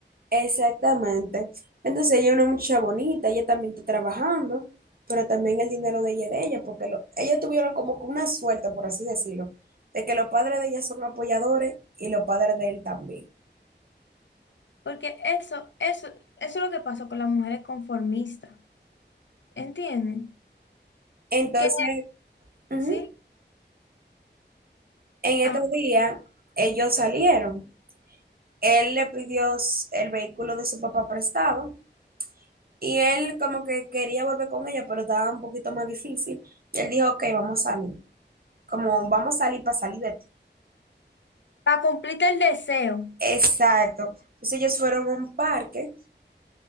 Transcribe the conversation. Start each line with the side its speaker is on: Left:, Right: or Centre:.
Right: Exactamente. Entonces ella es una muchacha bonita, ella también está trabajando, pero también el dinero de ella es de ella, porque lo- ellos tuvieron como que una suerte, por así decirlo, de que los padres de ella son apoyadores y los padres de él también.
Left: Porque eso, eso, eso es lo que pasa con las mujeres conformistas. ¿Entiendes?
Right: Entonces,
Left: Que
Right: ujú,
Left: sí,
Right: en
Left: ajá,
Right: estos días ellos salieron. Él le pidió s- el vehículo de su papá prestado y él como que quería volver con ella, pero estaba un poquito más difícil. Y él dijo, ok, vamos a salir. Como vamos a salir para salir de
Left: para cumplirte el deseo,
Right: Exacto. Entonces ellos fueron a un parque